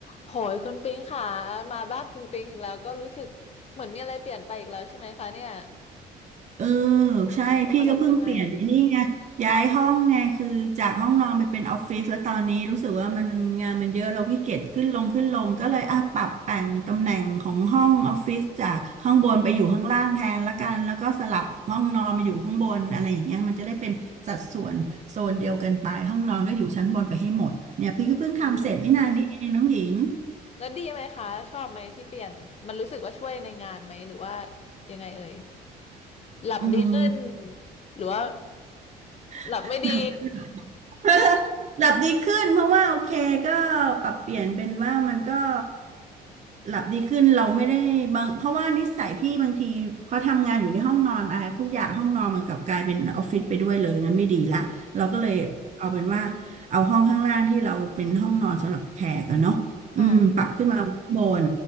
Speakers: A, on the left; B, on the right.
A: โหยคุณปิงค่ะมาบ้านคุณปิงอีกแล้วก็รู้สึกเหมือนมีอะไรเปลี่ยนไปอีกแล้วใช่ไหมคะเนี่ย
B: เออใช่พี่ก็เพิ่งเปลี่ยนไปนี่ไงย้ายห้องไงคือจากห้องนอนไปเป็นออฟฟิศแล้วตอนนี้รู้สึกว่ามันงานมันเยอะเราขี้เกียจขึ้นลงขึ้นลงก็เลยอ่ะปรับแต่งตำแหน่งของห้องออฟฟิศจากข้างบนไปอยู่ข้างล่างแทนละกันแล้วก็สลับห้องนอนมาอยู่ข้างบนอะไรอย่างเงี้ยมันจะได้เป็นสัดส่วนโซนเดียวกันไปห้องนอนก็อยู่ชั้นบนไปให้หมดเนี่ยพี่ก็เพิ่งทำเสร็จไม่นานนี้เองน้องหญิง
A: ทำอะไรใหม่ๆอืมๆแล้วดีไหมคะชอบไหมที่เปลี่ยนมันรู้สึกว่าช่วยในงานไหมหรือว่ายังไงเอ่ยหลับดีขึ้น
B: อืม
A: หรือว่าหลับไม่ดี
B: <laughs> หลับ หลับดีขึ้นเพราะว่าโอเคก็ปรับเปลี่ยนเป็นว่ามันก็หลับดีขึ้นเราไม่ได้บางเพราะว่านิสัยพี่บางทีพอทำงานอยู่ในห้องนอนอะไรทุกอย่างห้องนอนมันกลับกลายเป็นออฟฟิศไปด้วยเลยงั้นไม่ดีละเราก็เลยเอาเป็นว่าเอาห้องข้างล่างที่เราเป็นห้องนอนสำหรับแขกกันเนาะอืมปรับขึ้นมาข้างบน
A: <laughs> ค่ะ